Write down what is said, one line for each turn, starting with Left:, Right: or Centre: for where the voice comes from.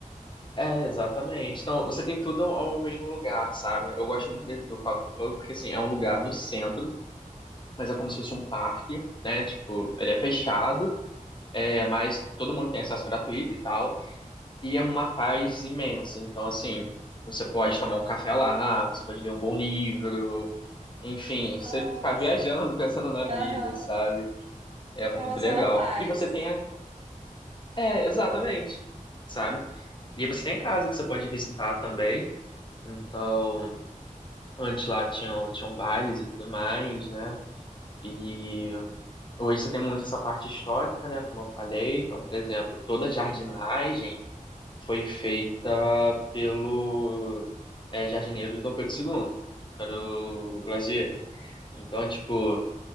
Left: É, exatamente. Então, você tem tudo ao ao mesmo lugar, sabe? Eu gosto muito de- do Country Club porque, assim, é um lugar no centro, mas é como se fosse um parque, né? Tipo, ele é fechado, é, mas todo mundo tem acesso gratuito e tal. E é uma paz imensa. Então, assim, você pode tomar um café lá, você pode ler um bom livro, enfim,
Right: Nossa,
Left: você ficar viajando, <laughs> pensando na
Right: aham.
Left: vida, sabe? É
Right: Em
Left: muito
Right: relação
Left: legal.
Right: à paz.
Left: E você tem a... É, exatamente, sabe? E você tem a casa que você pode visitar também. Então... Antes lá tinham, tinham bailes e tudo mais, né? E hoje você tem muito essa parte histórica, né? Como eu falei. Então, por exemplo, toda a jardinagem foi feita pelo é, jardineiro de Dom Pedro II, era
Right: Uhum.
Left: o Glazier. Então, tipo,